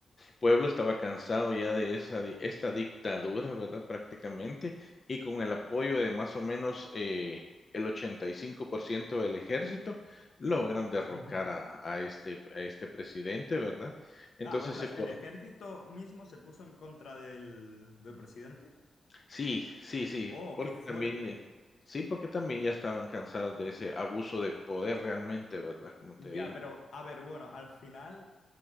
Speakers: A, on the left; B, on the left.
A: pueblo estaba cansado ya de esa, di- esta dictadura, ¿verdad? Prácticamente, y con el apoyo de más o menos eh, el 85% del ejército, logran derrocar
B: Ujú.
A: a, a este, a este presidente, ¿verdad? Entonces,
B: Ah, ostras,
A: se co-
B: ¿el ejército mismo se puso en contra del, del presidente?
A: sí, sí, sí,
B: Oh,
A: porque
B: qué fuerte.
A: también, eh, sí, porque también ya estaban cansados de ese abuso de poder realmente, ¿verdad? Como
B: Ya,
A: te digo.
B: pero a ver, bueno, al final